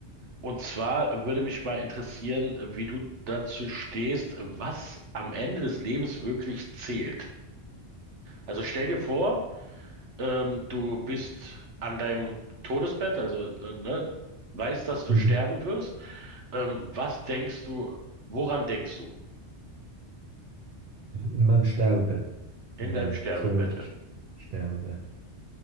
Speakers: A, on the right; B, on the right.
A: und zwar würde mich mal interessieren, wie du dazu stehst, was am Ende des Lebens wirklich zählt. Also stell dir vor, Ähm, du bist an deinem Todesbett, also äh, ne, weißt, dass du
B: Mhm.
A: sterben wirst. Ähm, was denkst du, woran denkst du
B: In meinem Sterbebett,
A: in
B: in meinem
A: deinem Sterbebett?
B: theoretischen
A: ja?
B: Sterbebett.